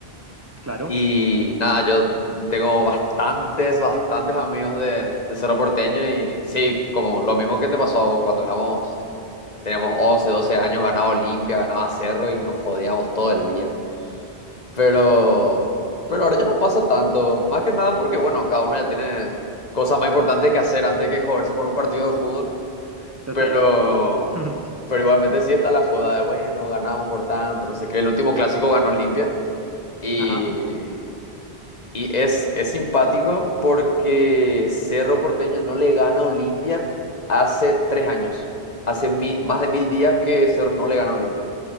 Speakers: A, on the right; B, on the left.
A: Claro,
B: Y nada, yo tengo bastantes, bastantes amigos de, de Cerro Porteño y sí, como lo mismo que te pasó a vos cuando éramos Teníamos 11 12 años, ganaba Olimpia, ganaba Cerro y nos jodíamos todo el día. Pero, pero ahora ya no pasa tanto. Más que nada porque, bueno, cada uno ya tiene cosas más importantes que hacer antes que joderse por un partido de fútbol.
A: total.
B: Pero,
A: <laughs>
B: pero igualmente sí está la joda de, bueno, ganamos por tanto, no sé qué. El último clásico ganó Olimpia y,
A: Ajá.
B: y es, es simpático porque Cerro Porteño no le gana a Olimpia hace tres años. Hace mi- más de mil días que Cerro no le gana a Olimpia.